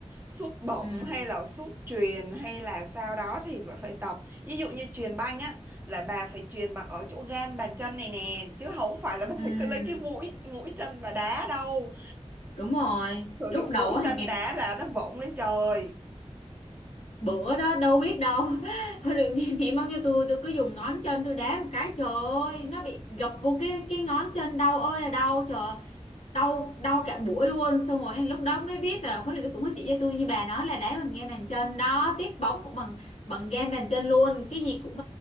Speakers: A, on the right; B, on the left.
A: sút bổng
B: ừ
A: hay là sút chuyền hay là sao đó thì bà phải tập ví dụ như chuyền banh á là bà phải chuyền bằng ở chỗ gan bàn chân này nè chứ không phải là bà
B: ừ
A: cứ lấy cái mũi mũi chân bà đá đâu
B: đúng rồi
A: sử
B: lúc
A: dụng
B: đầu
A: mũi
B: á
A: chân
B: hàng ngày
A: đá là nó vọng lên trời
B: bữa đó đâu biết đâu <laughs> huấn luyện viên ném bóng cho tôi tôi cứ dùng ngón chân tôi đá một cái trời ơi nó bị gập vô cái cái ngón chân đau ơi là đau trời đau đau cả buổi luôn xong rồi lúc đó mới biết là huấn luyện viên cũng có chỉ cho tôi như bà nói là đá bằng game bàn chân đó tiếp bóng cũng bằng bằng game bàn chân luôn cái gì cũng